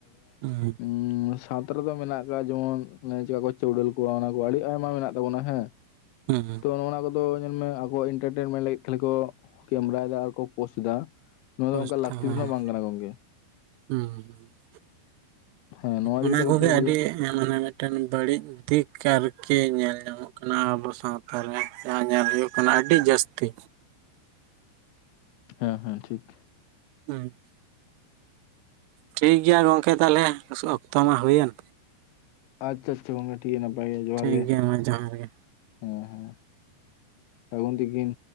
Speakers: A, on the right; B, on the left.
A: ᱦᱩᱸ
B: ᱩᱸ ᱥᱟᱶᱛᱟ ᱨᱮᱫᱚ ᱢᱮᱱᱟᱜ ᱟᱠᱟᱫ ᱡᱮᱢᱚᱱ ᱪᱮᱠᱟ ᱠᱚ ᱪᱟᱹᱣᱰᱟᱹᱞ ᱠᱚᱣᱟ ᱚᱱᱟ ᱠᱚ ᱟᱹᱰᱤ ᱟᱭᱢᱟ ᱢᱮᱱᱟᱜ ᱛᱟᱵᱚᱱᱟ᱾ ᱦᱮᱸ᱾
A: ᱦᱩᱸ ᱦᱩᱸ᱾
B: ᱛᱚ ᱚᱱᱟ ᱠᱚᱫᱚ ᱧᱮᱞᱢᱮ, ᱟᱠᱚ ᱮᱱᱴᱟᱨᱴᱮᱱᱢᱮᱱᱴ ᱞᱟᱹᱜᱤᱫ ᱠᱷᱟᱹᱞᱤ ᱠᱚ ᱠᱮᱢᱮᱨᱟᱭᱮ ᱫᱟ ᱟᱨ ᱠᱚ ᱯᱳᱥᱴ ᱫᱟ᱾ ᱱᱚᱣᱟ
A: ᱯᱳᱥᱴ
B: ᱫᱚ ᱚᱱᱠᱟ ᱞᱟᱹᱠᱛᱤ
A: ᱦᱮᱸ
B: ᱫᱚ ᱱᱟᱦᱟᱜᱽ ᱵᱟᱝ ᱠᱟᱱᱟ ᱜᱚᱝᱠᱮ᱾
A: ᱦᱩᱸ ᱦᱩᱸ᱾
B: ᱦᱮᱸ ᱱᱚᱣᱟ ᱤᱫᱤ
A: ᱚᱱᱟ
B: ᱠᱟᱛᱮᱫ ᱟᱵᱤᱱ
A: ᱠᱚᱜᱮ
B: ᱪᱮᱫ ᱵᱤᱱ
A: ᱟᱹᱰᱤ
B: ᱞᱟᱹᱭᱟ?
A: ᱢᱟᱱᱮ, ᱢᱤᱫᱴᱮᱱ ᱵᱟᱹᱲᱤᱡ ᱫᱤᱠᱟᱨᱠᱤ ᱧᱮᱞ ᱧᱟᱢᱚᱜ ᱠᱟᱱᱟ ᱟᱵᱚ ᱥᱟᱶᱛᱟ ᱨᱮ ᱡᱟᱦᱟᱸ ᱧᱮᱞ ᱦᱩᱭᱩᱜ ᱠᱟᱱᱟ ᱟᱹᱰᱤ ᱡᱟᱹᱥᱛᱤ᱾
B: ᱦᱮᱸ ᱦᱮᱸ ᱴᱷᱤᱠ᱾
A: ᱦᱮᱸ᱾ ᱴᱷᱤᱠ ᱜᱮᱭᱟ ᱜᱚᱝᱠᱮ ᱛᱟᱦᱞᱮ ᱚᱠᱛᱚ ᱢᱟ ᱦᱩᱭᱮᱱ᱾
B: ᱟᱪᱪᱷᱟ ᱟᱪᱪᱷᱟ ᱜᱚᱝᱠᱮ ᱴᱷᱤᱠ ᱜᱮᱭᱟ ᱱᱟᱯᱟᱭ ᱜᱮ ᱡᱚᱦᱟᱸᱨ
A: ᱴᱷᱤᱠ
B: ᱜᱮ᱾
A: ᱜᱮᱭᱟ ᱢᱟ ᱡᱚᱦᱟᱨ ᱜᱮ
B: ᱦᱮᱸ ᱦᱮᱸ ᱥᱟᱹᱜᱩᱱ ᱛᱤᱠᱤᱱ᱾